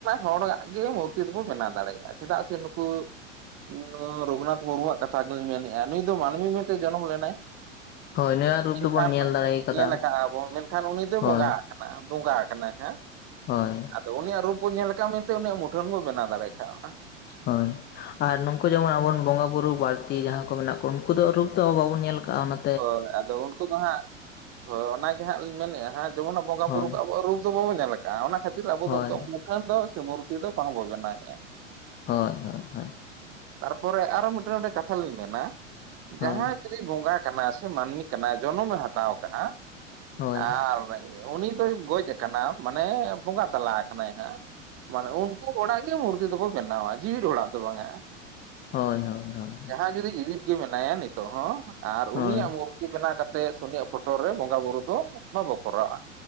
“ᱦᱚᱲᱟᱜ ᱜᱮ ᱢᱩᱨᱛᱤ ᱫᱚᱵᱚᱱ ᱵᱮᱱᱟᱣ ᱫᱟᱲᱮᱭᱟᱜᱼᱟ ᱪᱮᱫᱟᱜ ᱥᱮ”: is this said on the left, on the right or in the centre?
Right